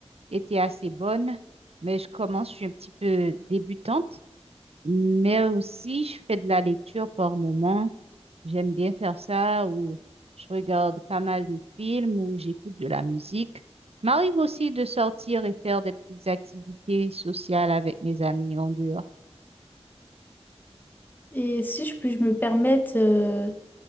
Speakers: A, on the right; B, on the left.
A: été assez bonne, mais je commence, je suis un petit peu débutante. Mais aussi, je fais de la lecture par moment. J'aime bien faire ça ou je regarde pas mal de films ou j'écoute de la musique. M'arrive aussi de sortir et faire des petites activités sociales avec mes amis en dehors.
B: Et si je puis je me permettre, euh,